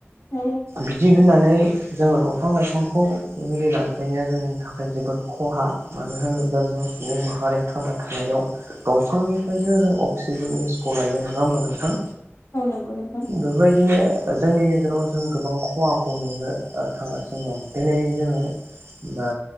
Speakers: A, on the left; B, on the right.
A: औ
B: बिदि होननानै जोङो दंफां लाइफांखौ बेबायदि दानफायनाया जोंनि थाखाय जोबोर खहा। मानो होनोब्ला जो सुबुं माहारिया थांना थानायाव दंफांनिफ्रायसो जों अक्सिजेन गेसखौ लायो नोङा होमबा नोंथां?
A: औ नंगौ नोंथां
B: बेबायदिनो जोंनि गेजे दङ जों गोबां खहाखौ नुनो थांगासिनो दं दिनै जोङो बा